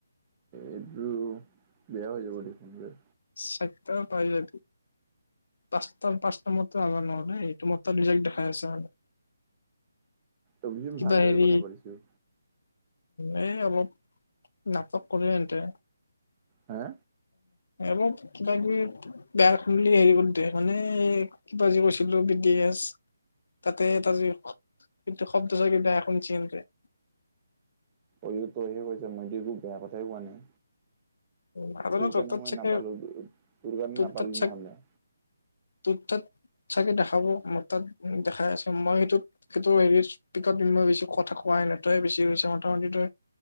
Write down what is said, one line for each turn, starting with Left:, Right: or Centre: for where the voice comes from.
Right: এইটো বেয়া হৈ যাব দেখোন বেহ।
Left: চত্য পাইলাবি পাঁচটাৰ পাছ নম্বৰটো আমাৰ নহ'লেই এইটো মোৰ তাত ৰিজেক্ট দেখাই আছে মানে।
Right: তুমিয়ো
Left: কিবা
Right: ভালদৰে
Left: হেৰি
Right: কথা পাতিছোঁ।
Left: এই অলপ নাটক কৰি এ এনতে
Right: হে
Left: এইবোৰত কিবাকি। গায়গ বুলি হেৰি কৰি দে মানে কিবা যি কৈছিলোঁ বিটি এছ। তাতে এটা যি কিন্তু শব্দ <unintelligible>
Right: এই তইহে কৈছোঁ, মইতো একো বেয়া কথাই কোৱা নাই।
Left: নাজানো
Right: তোৰ কাৰণে
Left: তাত
Right: মই
Left: চাগে
Right: নাপালোঁ, তোৰ কাৰণে
Left: তোৰ
Right: নাপালোঁ
Left: তাত চাগ
Right: নহ'লে।
Left: তোৰ তাত চাগে দেখাব মই তাত দেখাই আছোঁ মই সেইটোত সেইটো হেৰি ৰি স্পেকাৰত দিম ভাবিছোঁ কথা কোৱাই নাই, আৰু তই বেছি কৈছা মোটামুটি তই।